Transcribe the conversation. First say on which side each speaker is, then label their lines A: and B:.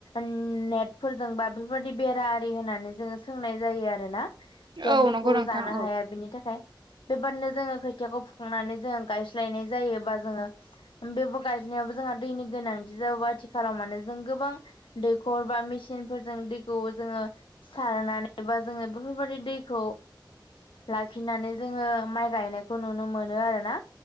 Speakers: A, on the left; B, on the right.
A: नेट फोरजोंबा बेफोरबायदि बेर आरि होननानै जोङो सोंनाय जायो आरोना।
B: औ
A: जेन बेखौ
B: नंगौ नोंथां
A: जानो
B: औ
A: हाया बिनि थाखाय। बेबादिनो जोङो खोथियाखौ फुखांनानै जोङो गायस्लायनाय जायोबा जोङो बेबो गा यनायावबो जोंहा दैनि गोनांथि जाबा आथि खालामानो जों गोबां दैखर बा मेसिनफोरजों दैखौ जोङो सारनानै बा जोङो बेफोरबादि दैखौ लाखिनानै जोङो माइ गायनायखौ नुनो मोनो आरोना।